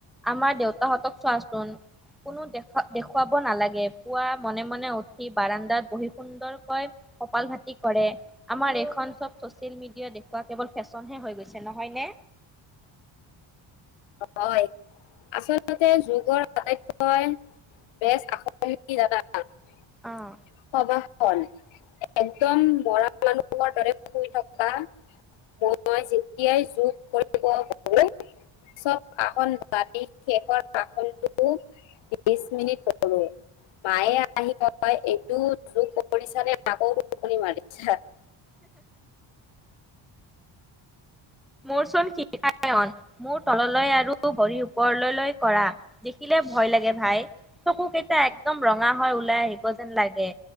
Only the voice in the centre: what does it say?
আমাৰ দেউতাহঁতক চোৱাচোন, কোনো দেখু-দেখুৱাব নালাগে পুৱা মনে, মনে উঠি বাৰাণ্ডাত বহি সুন্দৰকৈ কপাল ভাটি কৰে, আমাৰ এইখন চব ছচিয়েল মিডিয়া দেখুওৱা কেৱল ফেশ্বনহে হৈ গৈছে নহয়নে?
অ'।
মোৰ চোন শায়ন মূৰ তললৈ আৰু ভৰিৰ ওপৰলৈলৈ কৰা দেখিলে ভয় লাগে ভাই চকু কেইটা একদম ৰঙা হৈ ওলাই আহিব যেন লাগে